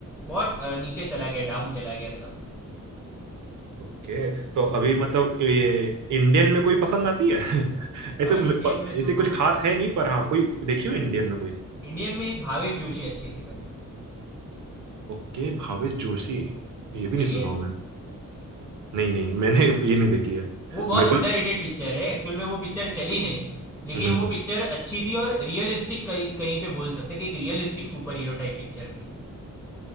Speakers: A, in the centre; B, on the right.
A: बहुत अ, नीचे चला गया डाउन चला गया सब
B: ओके तो अभी मतलब ये इंडियन में कोई पसंद आती है <laughs>
A: हाँ
B: ऐसे
A: इंडियन
B: प-
A: में तो
B: ऐसे कुछ खास है नहीं पर हाँ कोई देखियो इंडियन में कोई
A: इंडियन में एक भावेश जोशी अच्छी थी भाई
B: ओके भावेश जोशी ये भी
A: देखिए
B: नहीं सुना हूं मैं नहीं नहीं मैंने ये नहीं देखी है
A: वो बहुत
B: मेरे
A: अंडररेटेड पिक्चर है एक्चुअल में वो पिक्चर चली नहीं लेकिन
B: को
A: वो पिक्चर अच्छी थी और रियलिस्टिक कहीं कहीं पे बोल सकते हैं कि एक realistic superhero type picture थी